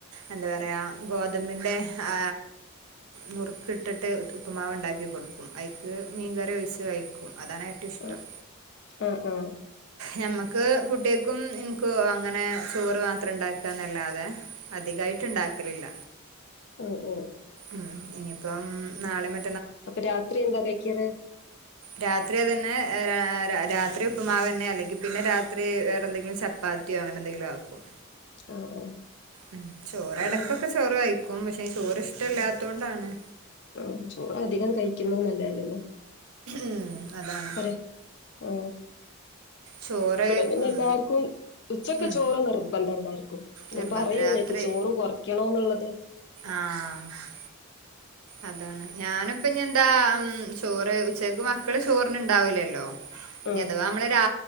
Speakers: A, on the right; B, on the left.
A: എന്താ പറയാ ഗോതമ്പിന്റെ ആ നുറുക്ക് ഇട്ടിട്ട് ഉപ്പ്മാവ് ഉണ്ടാക്കി കൊടുക്കും അയ്ക്ക് മീൻകറി ഒഴിച്ച് കഴിക്കും
B: ഉം
A: അതാണ് ഏറ്റവും ഇഷ്ടം
B: ഉം ഉം
A: ഞമ്മക്ക് കുട്ടികക്കും ഇൻക്കും അങ്ങനെ ചോറ് മാത്രം ഇണ്ടാക്കുകന്നല്ലാതെ അധികായിട്ട് ണ്ടാക്കലില്ല
B: ഉം ഉം
A: ഉം ഇനിയിപ്പം നാളെ മ
B: അപ്പൊ രാത്രി എന്താ കയ്ക്കാറ്
A: രാത്രി അതെന്നെ രാത്രി ഉപ്പ്മാവ് ന്ന അല്ലെങ്കിൽ പിന്നെ രാത്രി വേറെ എന്തെങ്കിലും ചപ്പാത്തിയോ അങ്ങനെ എന്തെങ്കിലും ആക്കും
B: ആഹ് ആഹ്
A: ഉ ചോറ് എടക്കൊക്കെ
B: ഉം
A: ചോറ് കഴി ക്കും പക്ഷെ ചോറ് ഇഷ്ടല്ലാതോണ്ടാണ്
B: ഉം ചോറ് അധികം കഴിക്കുന്ന നല്ല അല്ലല്ലോ
A: ഉം അതാണ്
B: അരെ ആ
A: ചോറ്
B: ഇവിടെ പിന്നെ
A: ഉം
B: എല്ലാർക്കും ഉച്ചക്ക്
A: ഉം
B: ചോറ് നിർബന്ധ എല്ലാർക്കും
A: നിർബന്ധം
B: ഞാൻ പറയും
A: രാത്രി
B: ന്നിട്ട് ചോറ് കുറയ്ക്കണോന്നുള്ളത്
A: ആഹ് അതാണ് ഞാനുപ്പ ഇനി എന്താ ചോറ് ഉച്ചക്ക് മക്കള് ചോറിന് ഉണ്ടാവില്ലല്ലോ
B: ആഹ്
A: നിഅഥവാ നമ്മള് രാ